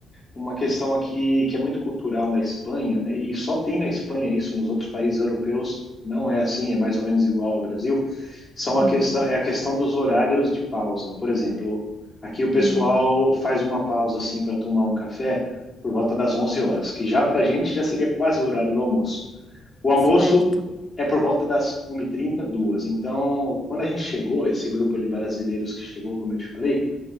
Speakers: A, on the left (about 30°); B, in the centre.
A: uma questão aqui que é muito cultural da Espanha, né? E só tem na Espanha isso, nos outros países europeus não é assim, é mais ou menos igual ao Brasil. São a
B: Hum,
A: questão é a questão dos horários de pausa. Por exemplo, aqui o pessoal
B: hum,
A: faz uma pausa assim para tomar um café por volta das 11 horas, que já para a gente já seria quase o horário do almoço. O almoço
B: certo.
A: é por volta das 1 e trinta duas Então, quando a gente chegou, esse grupo de brasileiros que chegou, como eu te falei,